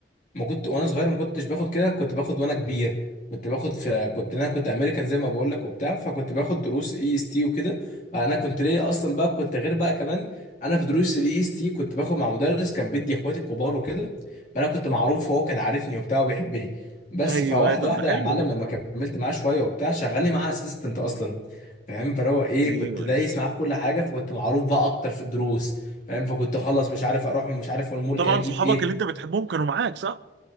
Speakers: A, on the left; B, on the right.
A: ما كنت وانا صغير ما كنتش باخد كده كنت باخد وانا كبير كنت باخد في كنت انا كنت امريكان زي ما بقول لك وبتاع فكنت باخد دروس اي اس تي وكده انا كنت ليا اصلا بقى كنت غير بقى كمان انا في دروس الاي اس تي كنت باخد مع مدرس كان بيدي اخواتي الكبار وكده فانا كنت معروف وهو كان عارفني وبتاع وبيحبني بس
B: ايوه
A: فواحده
B: أيوة، طب
A: واحده
B: ده حلو
A: يا معلم
B: ده
A: لما كملت معاه شويه وبتاع شغالي معاه اسيستنت اصلا فاهم فلو ايه
B: ايوه
A: كنت دايس
B: ايوه
A: معاه في كل حاجه فكنت معروف بقى اكتر في الدروس فاهم فكنت اخلص مش عارف اروح مش عارف المول
B: وطبعا
A: ايه اجيب
B: صحابك
A: ايه
B: اللي انت بتحبهم كانوا معاك صح؟